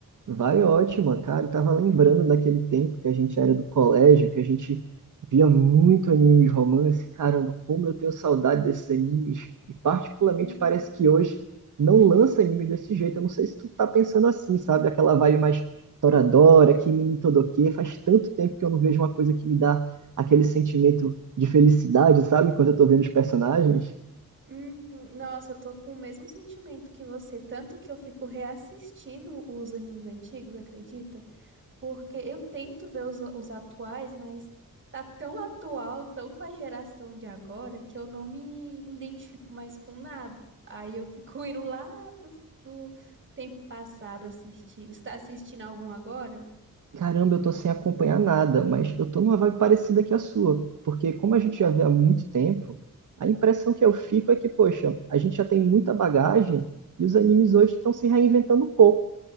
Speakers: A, on the right; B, on the right.
A: Vai ótimo, cara. Eu tava lembrando daquele tempo que a gente era do colégio, que a gente via muito anime de romance. Caramba, como eu tenho saudade desses animes. E particularmente
B: <laughs>
A: parece que hoje não lança animes desse jeito. Eu não sei se tu tá pensando assim, sabe? Aquela vibe mais Toradora, Kimi ni Todoke. Faz tanto tempo que eu não vejo uma coisa que me dá aquele sentimento de felicidade, sabe? Quando eu tô vendo os personagens.
B: Uhum. Nossa, eu tô com o mesmo sentimento que você, tanto que eu fico reassistindo os animes antigos, acredita? Porque eu tento ver os, os atuais, mas tá tão atual, tão com a geração de agora, que eu não me identifico mais com nada. Aí eu fico <laughs> indo lá pro, pro tempo passado assistir. Você tá assistindo algum agora?
A: Caramba, eu tô sem acompanhar nada, mas eu tô numa vibe parecida que a sua, porque como a gente já vê há muito tempo, a impressão que eu fico é que, poxa, a gente já tem muita bagagem e os animes hoje estão se reinventando um pouco.